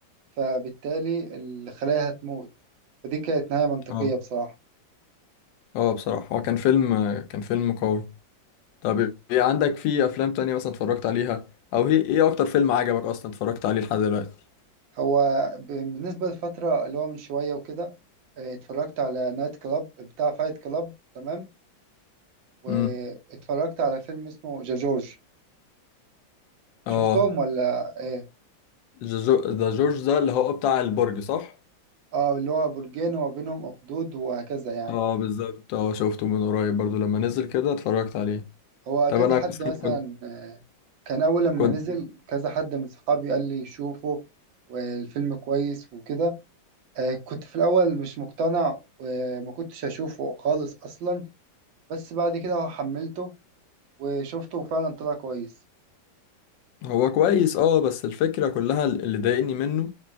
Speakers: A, on the right (about 80°); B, on the left (about 75°).
A: فبالتالي الخلايا هتموت فدي كانت نهاية منطقية
B: اه
A: بصراحة.
B: اه بصراحة هو كان فيلم كان فيلم قوي طب ايه عندك في افلام تانية مثلا اتفرجت عليها او ايه ايه اكتر فيلم عجبك اصلا اتفرجت عليه لحد دلوقتي
A: هو ب- بالنسبة للفترة اللي هو من شوية وكده آه، اتفرجت على نايت كلاب بتاع فايت كلاب تمام واتفرجت
B: امم
A: على فيلم اسمه ذا جورج
B: اه
A: شفتهم ولا ايه
B: ذا جو- ذا جورج ده اللي هو بتاع البرج صح؟
A: اه اللي هو برجين وما بينهم اخدود وهكذا يعني
B: اه بالظبط اه شفته من قريب برضو لما نزل كده اتفرجت عليه
A: هو
B: طب
A: كذا
B: انا
A: حد
B: كنت
A: مثلا
B: كنت
A: آه، كان اول لما
B: كنت-
A: نزل كذا حد من صحابي قال لي شوفه والفيلم كويس وكده آه، كنت في الاول مش مقتنع وما كنتش اشوفه خالص اصلا بس بعد كده حملته وشفته فعلا طلع كويس
B: هو كويس اه بس الفكرة كلها اللي ضايقني منه